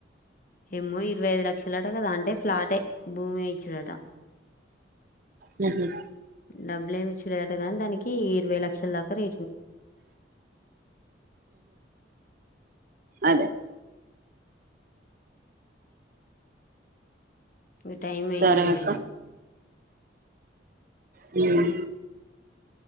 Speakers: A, on the left (about 45°); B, on the right (about 45°).
A: ఏమో ఇరవై ఐదు లక్షల అట కదా అంటే ఫ్లాటే భూమే ఇచుడట
B: మ్మ్ హూ
A: డబ్బులేమి ఇచులేరట కానీ దానికి ఇరవై లక్షల దాకా రె
B: అదే
A: మీ టైం అయింది
B: సరే
A: లే
B: అక్క
A: ఐనా
B: హ్మ్